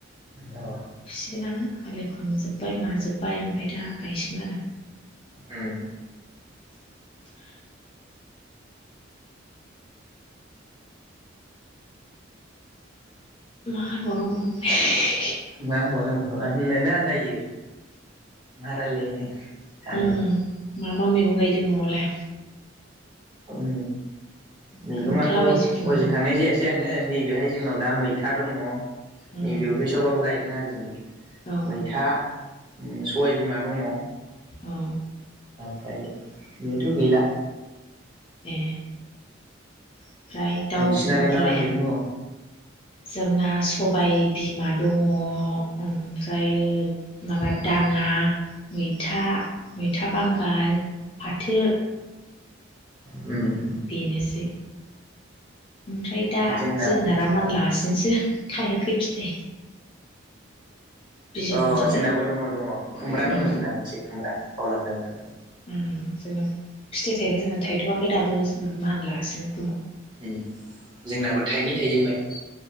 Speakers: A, on the right (about 25°); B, on the left (about 30°).
A: अ
B: फुसिगोन आनो हालेव खांजोब्बाय माजोब्बाय ओमफ्राय दा गायसिगोन आरो।
A: उम।
B: <unintelligible> मा होनबाव‌ नांगौ <unintelligible>
A: मा होनबाव नांगौ होननोनो आन्दायो मा रायलायनो सानो।
B: उम मा मा मैगं गायदों न'आवलाय।
A: उम मैगङाथ'
B: खोन्थालाबाय जिखुनु
A: हयजों थांनाय जायासै आङो नैबे बेहाय जोंनाव दा मैथा दङ
B: उम
A: नै बेयावहाय सबाबो गाय आरिजोंनो
B: औ
A: मैथा ओम सबाय बिमा दङ ओम
B: औ
A: फ्राय बेनोथ' गैला।
B: ए ओमफ्राय दाउ
A: नोंसिनालाय
B: अमाफोर
A: मा
B: लाया
A: मा मैगं दं?
B: जोंना सबाय बिमा दङ ओमफ्र माबा दाङा मैथा मै था बांगाल फाथो
A: उम
B: बेनोसै। ओमफ्राय दा
A: जोंना
B: जोगोनारा
A: औ
B: मानलागासिनोसो थायाखै फिथाइ बिजौ
A: ओम
B: मोनजाबाय
A: अ जोंनाबो दङ दङ खुमब्रा
B: उम
A: दङ जोंना मोनसे खुमब्रा बावलांदों बेखौ
B: ओम फिथाइ थाइबा जोंना थाइथ'वाखै दाबो जोंना मान लागासिनो।
A: ओम जोंनाबो थाइनै थाइजेनबाय।